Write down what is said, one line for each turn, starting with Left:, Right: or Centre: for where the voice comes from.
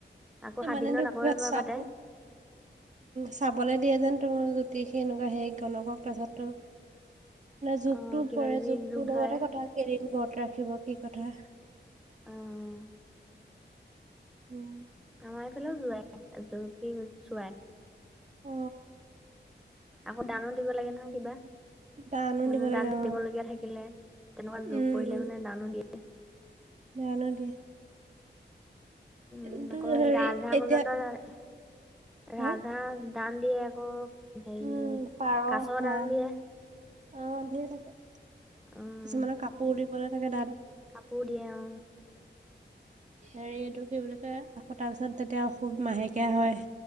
Centre: আকৌ সাত
Right: মানে
Centre: দিনত
Right: ৰ
Centre: আকৌ
Right: ক
Centre: এবাৰ
Right: চাব
Centre: পাতে
Right: <unintelligible> চাবলৈ দিয়ে যেন তোৰ জ্যোতিষ সি এনেকুৱা হেইৰি গণকক তাৰপছত। যুগটো
Centre: অ কিবা
Right: পৰে
Centre: কিবি
Right: যুগটো
Centre: জোক
Right: লগতে
Centre: ধৰে
Right: কথা কেইদিন বত ৰাখিব কি কথা।
Centre: অ'
Right: উম।
Centre: আমাৰ এইফালেও যোৱাই চোৱাই। <unintelligible>
Right: অ
Centre: আকৌ দানো দিব লাগে নহয় কিবা।
Right: দানো
Centre: মানে
Right: দিব লাগে
Centre: দান
Right: অ
Centre: দিবলগীয়া থাকিলে তেনেকুৱা
Right: উম
Centre: যুগ পৰিলে
Right: উম
Centre: মানে দানো দিয়ে।
Right: দানো দিয়ে। কিন্তু
Centre: উম' আকৌ
Right: হেৰি
Centre: ৰাজ-হাঁহ
Right: এতিয়া
Centre: ৰাজ-
Right: হা?
Centre: হাঁহ দান দিয়ে আকৌ হেৰি
Right: উম, পাৰ,
Centre: কাছৰ
Right: হাঁহ
Centre: দান দিয়ে।
Right: অ' ধেৰ থাকে। কিছুমানৰ
Centre: উম
Right: কাপোৰ দিবলে থাকে দান।
Centre: কাপোৰ দিয়ে। অ'
Right: হেৰি এইটো কি বুলি কয় তাৰ পিছত যেতিয়া সুব মাহেকীয়া হয়।